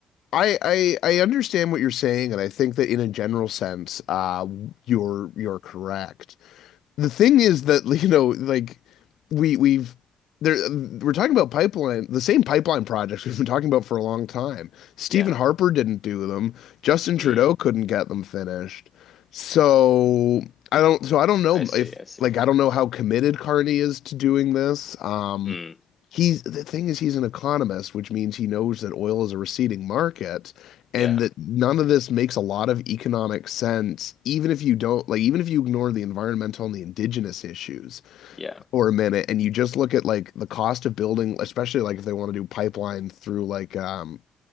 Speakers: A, on the left; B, on the left.
A: I, I I understand what you're saying, and I think that in a general sense, uh, you're you're correct. the thing is that <laughs> you know like we we've there we're talking about pipeline the same pipeline projects we've been talking about for a long time. Stephen
B: Yeah.
A: Harper didn't do them. Justin
B: Mm,
A: Trudeau couldn't get them finished. So I don't so I don't know
B: I see.
A: if
B: I see.
A: like I don't know how committed Carney is to doing this. Um
B: Mm,
A: he's the thing is he's an economist, which means he knows that oil is a receding market
B: yeah.
A: and that none of this makes a lot of economic sense even if you don't like even if you ignore the environmental and the indigenous issues
B: Yeah.
A: for a minute and you just look at like the cost of building especially like if they want to do pipeline through like um